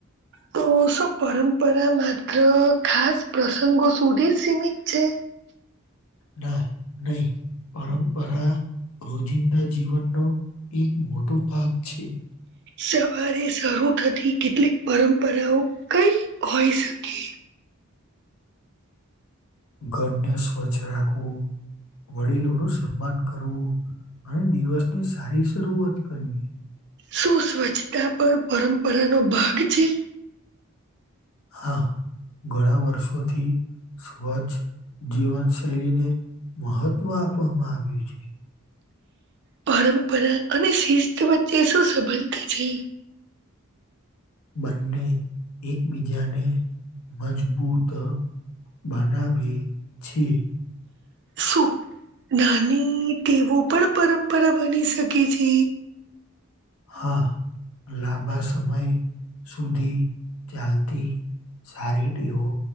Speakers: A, on the right; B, on the left.
A: તો શું પરંપરા માત્ર ખાસ પ્રસંગો સુધી જ સીમિત છે
B: ના નહી પરંપરા રોજિંદા જીવનનો એક મોટો ભાગ છે
A: સવારે શરૂ થતી કેટલીક પરંપરાઓ કઈ હોઈ શકે
B: ઘરને સ્વચ્છ રાખવું વડીલોનું સન્માન કરવું અને દિવસની સારી શરૂઆત કરવી
A: શું સ્વચ્છતા પણ પરંપરાનો ભાગ છે
B: હા ઘણા વર્ષોથી સ્વચ્છ જીવનશૈલીને મહત્વ આપવામાં આવ્યું છે
A: પરંપરા અને શિસ્ત વચ્ચે શું સંબંધ છે
B: બંને એકબીજાને મજબૂત બનાવે છે
A: શું નાની તેવું પણ પરંપરા બની શકે છે
B: હા લાંબા સમય સુધી ચાલતી સારી ટેવો